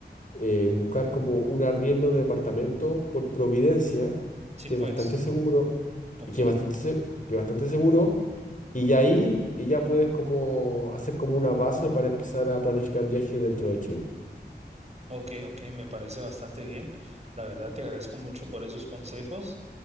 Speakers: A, on the left; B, on the right.
A: eh, buscar como un arriendo de departamento por Providencia,
B: Sí,
A: que
B: pues.
A: es bastante seguro,
B: Ok.
A: y que es bastante, se- que es bastante seguro, y ya ahí y ya puedes como hacer como una base para empezar a planificar viajes dentro de Chile.
B: Ok, ok, me parece bastante bien. La verdad te agradezco mucho por esos consejos